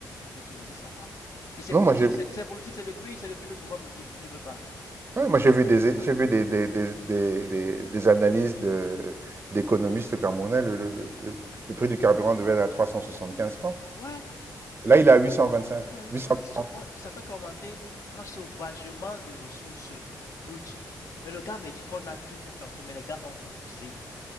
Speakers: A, on the left; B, on the right.
A: d'autoriser ça. Et c'est
B: non,
A: politique,
B: moi, j'ai,
A: c'est politique, c'est depuis, c'est depuis le pouvoir politique. Ils ne veulent pas.
B: Ouais, moi
A: Ils,
B: j'ai vu
A: ils
B: des
A: ne veulent pas.
B: j'ai vu des, des, des, des, des- des analyses de, d'économistes camerounais, le, le, le, le le prix du carburant devait être à 375 francs.
A: Ouais,
B: Là, il est à 825,
A: il a, oui,
B: 840.
A: on a sau- on- et ça fait qu'augmenter. On a sauvagement de ressources brutes. Mais le gars me dit qu'on a tout pour transformer. Les gars ont refusé.